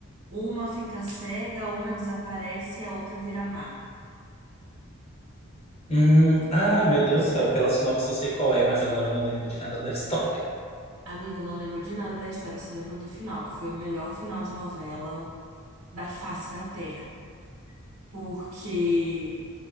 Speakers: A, on the right; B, on the left.
A: uma fica cega, uma desaparece e a outra vira má.
B: Hum, ah, meu Deus do céu, pela sinopse eu sei qual é, mas agora eu não lembro de nada da história.
A: Amiga, eu não lembro de nada da história, eu só lembro do final, que foi o melhor final de novela da face da Terra. Porque